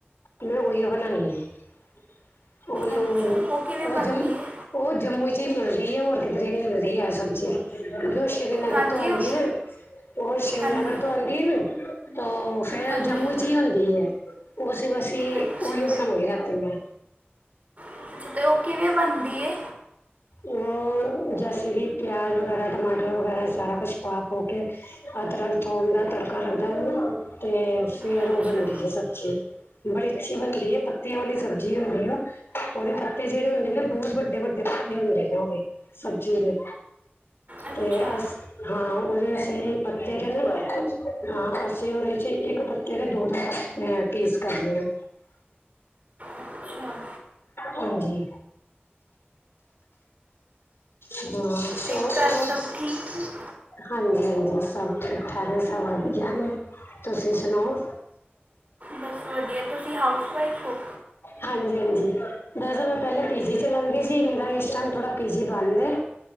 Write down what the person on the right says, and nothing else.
ਅੱਛਾ ਕਿਵੇਂ
ਬਣਦੀ
ਹੈ
ਹਾਂਜੀ
ਉਹ
ਹਾਂਜੀ
ਹਾਂਜੀ
ਅੱਛਾ
ਅੱਛਾ ਤੇ ਉਹ ਕਿਵੇਂ ਬਣਦੀ ਹੈ?
ਅੱਛਾ
ਅੱਛਾ
ਅੱਛਾ
ਤੇ ਘਰ
ਸਭ ਠੀਕ
ਬਸ ਵਧੀਆ ਤੁਸੀਂ ਹਾਊਸ ਵਾਈਫ ਹੋ